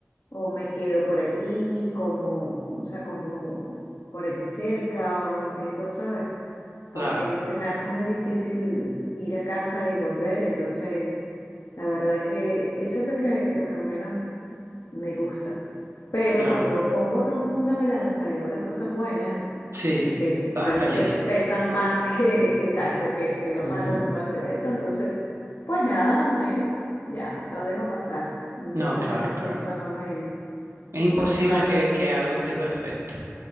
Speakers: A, on the left; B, on the right.
A: o me quedo por allí, como, o sea, como por allí cerca, o intento, ¿sabes?
B: Claro,
A: Porque se me hace muy difícil ir a casa y volver. Entonces, la verdad que eso es lo que, lo que menos me gusta. Pero
B: claro.
A: cuando pongo todo en una balanza y veo las cosas buenas,
B: Sí,
A: que
B: estás
A: realmente
B: feliz.
A: pesan más que, <laughs> exacto, que, que lo
B: Ujú.
A: malo que puede hacer eso, entonces, pues nada, me, ya, lo dejo pasar. Intento
B: No, claro,
A: que,
B: claro.
A: que eso no me,
B: Es imposible
A: no me cambie.
B: que, que algo esté perfecto.